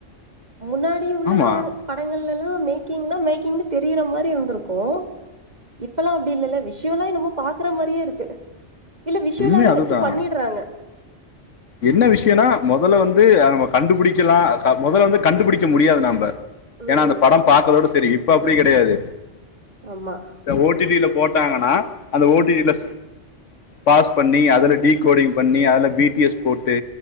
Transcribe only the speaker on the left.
ஆமாம்
உண்மை அதுதான்
என்ன விஷயம்னா முதல்ல வந்து நம்ம கண்டுபிடிக்கலாம் முதல்ல வந்து கண்டுபிடிக்க முடியாது நாம்ப ஏன்னா
அந்த
படம் பார்கறதோட சரி இப்ப அப்படி கிடையாது
ஓ டி டி ல போட்டாங்கன்னா அந்த ஓடி டி ல பாஸ் பண்ணி அதுல டிகோடிங் பண்ணி அதுல பி டி எஸ் கோட்டு